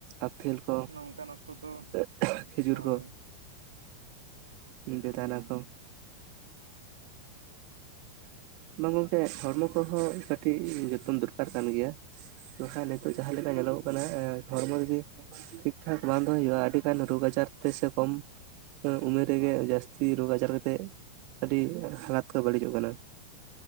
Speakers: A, on the right (about 45°); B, on the right (about 70°).
A: ᱟᱯᱷᱮᱞ ᱠᱚ,
B: ᱱᱚᱝᱠᱟᱱ ᱚᱠᱛᱚ ᱫᱚ
A: ᱮ ᱠᱷᱮᱡᱩᱨ
B: ᱦᱳᱭ
A: ᱠᱚ᱾ ᱤᱝᱠᱟᱹ ᱛᱟᱦᱮᱱᱟ ᱠᱚ᱾ ᱵᱟᱝ ᱜᱚᱢᱠᱮ ᱦᱚᱲᱢᱚ ᱠᱚᱦᱚᱸ ᱠᱟᱹᱴᱤᱡ ᱡᱚᱛᱚᱱ ᱫᱚᱨᱠᱟᱨ ᱠᱟᱱ ᱜᱮᱭᱟ᱾ ᱵᱟᱠᱷᱟᱱ ᱱᱤᱛᱚᱜ ᱡᱟᱦᱟᱸ ᱞᱮᱠᱟ ᱧᱮᱞᱚᱜᱚᱜ ᱠᱟᱱᱟ ᱮᱸ ᱦᱚᱲᱢᱚ ᱡᱩᱫᱤ ᱴᱷᱤᱠ ᱴᱷᱟᱠ ᱵᱟᱝ ᱫᱚ ᱦᱩᱭᱩᱜ-ᱟ ᱟᱹᱰᱤᱜᱟᱱ ᱨᱳᱜᱽ ᱟᱡᱟᱨ ᱛᱮ ᱥᱮ ᱠᱚᱢ ᱩᱢᱮᱨ ᱨᱮᱜᱮ ᱡᱟᱹᱥᱛᱤ ᱨᱳᱜᱽ ᱟᱡᱟᱨ ᱠᱟᱛᱮᱜ ᱟᱹᱰᱤ ᱦᱟᱞᱟᱛ ᱠᱚ ᱵᱟᱹᱲᱤᱡᱚᱜ ᱠᱟᱱᱟ᱾